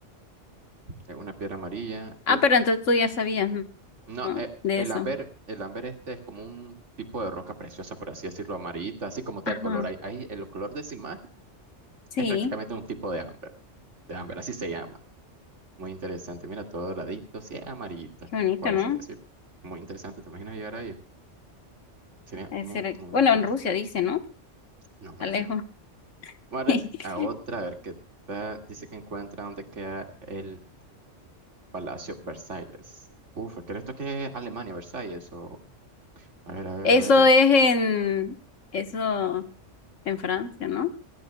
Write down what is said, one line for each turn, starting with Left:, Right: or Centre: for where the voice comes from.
Right: es una piedra amarilla.
Left: Ah,
Right: Uf,
Left: pero entonces tú ya sabías, ¿no?
Right: no,
Left: No,
Right: eh,
Left: De
Right: el
Left: eso.
Right: Amber, el Amber este es como un tipo de roca preciosa, por así decirlo, amarillita, así como está
Left: Ajá.
Right: el color. Ahí, ahí el color de esa imagen
Left: Sí,
Right: Es prácticamente un tipo de ámbar. De ámbar, así se llama. Muy interesante. Mira, todo doradito, sí, amarillita,
Left: qué bonito,
Right: por
Left: ¿no?
Right: así decir. Muy interesante. ¿Te imaginas llegar ahí? Sería
Left: Debe
Right: muy,
Left: ser-
Right: muy
Left: Bueno,
Right: interesante.
Left: en Rusia dice, ¿no?
Right: No me
Left: Alejo,
Right: fijé. Vamos
Left: <laughs>
Right: a otra, a ver qué tal. Dice que encuentra dónde queda el Palacio Versalles. Uf, ¿crees esto que es Alemania, Versalles? O, a ver, a ver,
Left: Eso
Right: a ver, a ver.
Left: es en. Eso en Francia, ¿no?